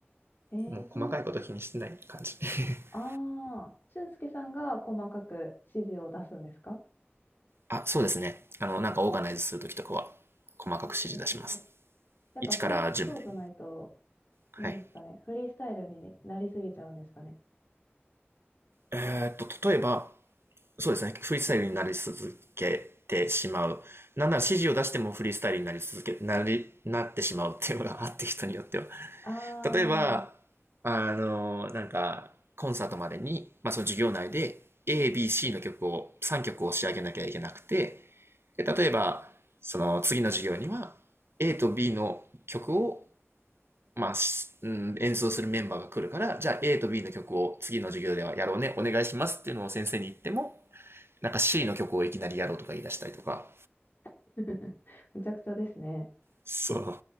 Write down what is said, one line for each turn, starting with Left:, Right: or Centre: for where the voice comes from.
Left: へえ、
Right: もう細かいこと気にしてない感じ。
Left: その、
Right: <laughs>
Left: ああ、俊介さんが細かく指示を出すんですか
Right: あ、そうですね。あの、なんかオーガナイズするときとかは、細かく指示出します。
Left: へえやっぱそう、
Right: 1から10まで。
Left: そうじゃないと、
Right: はい。
Left: なんですかね。フリースタイルになりすぎちゃうんですかね。
Right: えーっと、例えば、そうですね。フリースタイルになり続けてしまう。なんなら指示を出してもフリースタイルになり続け、なり、なってしまうっていうのがあって人によっては。
Left: ああ、
Right: 例えば、あの、なんか、コンサートまでに、まあその授業内で A、B、C の曲を、3曲を仕上げなきゃいけなくて、で例えば、その次の授業には A と B の曲を、まあ、しうん、演奏するメンバーが来るから、じゃあ A と B の曲を次の授業ではやろうね、お願いしますっていうのを先生に言っても、なんか C の曲をいきなりやろうとか言い出したりとか、
Left: <laughs> むちゃくちゃですね。
Right: そう。